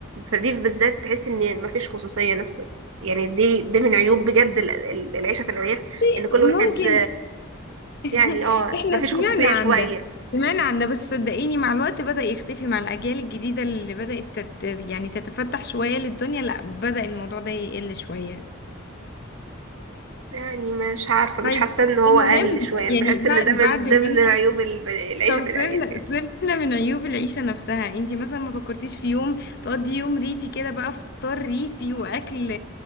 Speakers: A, on the right; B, on the left.
A: في الريف بالذات تحس ان مفيش خصوصيه ناس يعني دي دي من عيوب بجد ال- ال- العيشه في الارياف
B: شيء
A: ان كل
B: ممكن
A: واحد
B: <laughs>
A: يعني اه
B: احنا
A: مفيش
B: سمعنا
A: خصوصية
B: عن
A: شوية
B: ده سمعنا عن ده بس صدقيني مع الوقت بدأ يختفي مع الأجيال الجديدة اللي بدأت تت... يعني تتفتح شوية للدنيا لا بدأ الموضوع ده يقل شوية
A: يعني مش عارفة مش
B: طيب
A: حاسة ان هو
B: المهم
A: قل شوية انا
B: يعني
A: بحس
B: بعد
A: ان ده
B: بعد
A: من ضمن
B: ما انا
A: عيوب الب- العيشة
B: طب
A: في
B: سيبنا
A: الأرياف يعني
B: سيبنا من عيوب العيشة نفسها انتي مثلا ما فكرتيش في يوم تقضي يوم ريفي كده بقى فطار ريفي وأكل